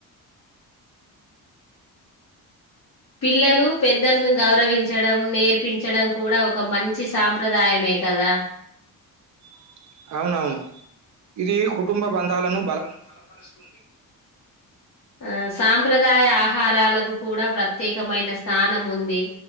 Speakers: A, on the left; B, on the right.
A: పిల్లలు పెద్దలను గౌరవించడం నేర్పించడం కూడా ఒక మంచి సాంప్రదాయమే కదా
B: ఆ అవునవును ఇది కుటుంబ బంధాలను
A: లను బలపరుస్తుంది ఆ సాంప్రదాయ ఆహారాలకు కూడా ప్రత్యేకమైన స్థానం ఉంది